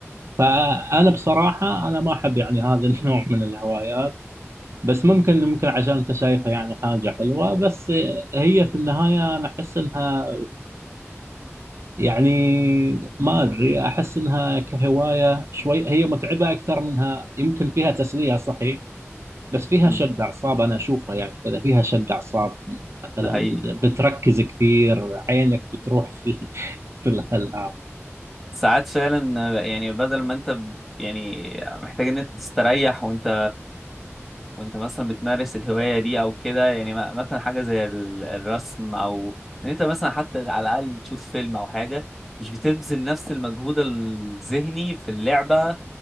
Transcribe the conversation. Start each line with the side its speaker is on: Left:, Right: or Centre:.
Right: فأنا بصراحة أنا ما أحب يعني هذا <laughs> النوع من الهوايات بس ممكن ممكن عشان انت شايفها يعني حاجة حلوة بس هي في النهاية انا احس انها يعني ما ادري احس انها كهواية شوي هي متعبة اكثر منها يمكن فيها تسلية صحيح بس فيها
Centre: مم.
Right: شد اعصاب انا اشوفها يعني كذا فيها شد اعصاب مثلا
Centre: ده حقيقي
Right: بتركز كثير عينك بتروح في <laughs> في الالعاب
Centre: ساعات فعلا آه، يعني بدل ما انت ب- يعني محتاج ان انت تستريح وانت وانت مثلا بتمارس الهواية دي او كده يعني م- مثلا حاجة زي ال- الرسم او ان انت مثلا حتى على الاقل تشوف فيلم او حاجة مش بتبذل نفس المجهود الذهني في اللعبة